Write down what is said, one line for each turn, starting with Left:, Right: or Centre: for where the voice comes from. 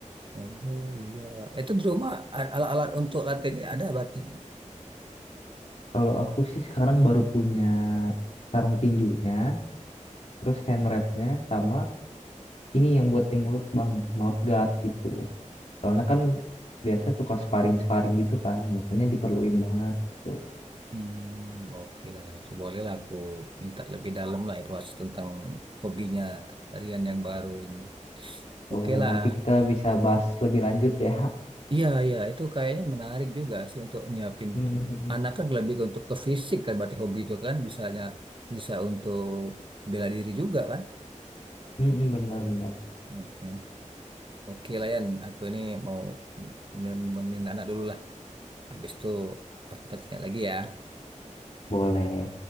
Right: Oh iya. Itu di rumah a- alat-alat untuk latihannya ada berarti.
Left: kalau aku sih sekarang baru punya sarung tinjunya terus hand wrapnya sama ini yang buat tim mulut bang mouth guard gitu soalnya kan biasa suka sparring-sparring gitu kan makanya diperluin banget gitu.
Right: Hmm, oke lah. Itu bolehlah aku minta lebih dalam lah informasi tentang hobinya Rian yang baru ini.
Left: Boleh,
Right: Oke lah.
Left: nanti kita bisa bahas lebih lanjut ya.
Right: Iya, iya. Itu kayaknya menarik juga sih untuk nyiapin
Left: Mm, mm, mm, mm.
Right: anak kan lebih untuk ke fisik kan. Berarti hobi itu kan bisanya bisa untuk bela diri juga kan.
Left: mm Benar-benar.
Right: Mm-mm. Oke lah Yan. Aku ini mau nemenin anak dulu lah. Habis itu aku tanya lagi ya.
Left: Boleh.